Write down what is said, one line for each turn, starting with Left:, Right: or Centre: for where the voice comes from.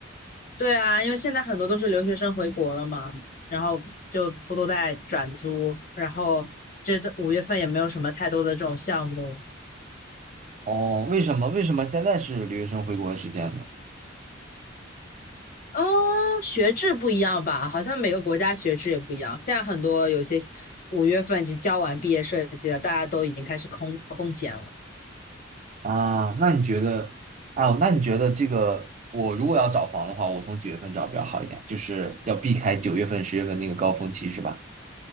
Left: 对啊，因为现在很多都是留学生回国了嘛，然后就不都在转租，然后这五月份也没有什么太多的这种项目，
Right: 哦，为什么为什么现在是留学生回国的时间呢？
Left: 嗯，学制不一样吧？好像每个国家学制也不一样。现在很多有些五月份已经交完毕业设计了，大家都已经开始空空闲了。
Right: 啊，那你觉得，啊，那你觉得这个我如果要找房的话，我从几月份找比较好一点？就是要避开九月份、十月份那个高峰期是吧？